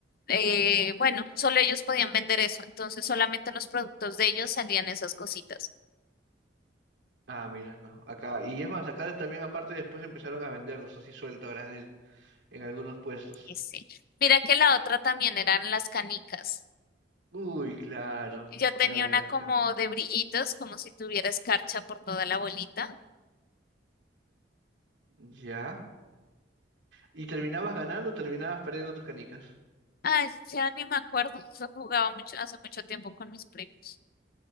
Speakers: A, on the left; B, on the right.
A: eh, bueno, solo ellos podían vender eso, entonces solamente en los productos de ellos salían esas cositas.
B: Ah, mira, no, acá, y es más, acá también aparte después empezaron a venderlos así suelto a granel en algunos puestos.
A: Y sí. Mira que la otra también eran las canicas.
B: Uy, claro,
A: Yo tenía
B: claro,
A: una
B: las
A: como
B: can-
A: de brillitos, como si tuviera escarcha por toda la bolita.
B: Ya. ¿Y terminabas ganando o terminabas perdiendo tus canicas?
A: Ay, ya ni me acuerdo, eso jugaba mucho, hace mucho tiempo con mis primos.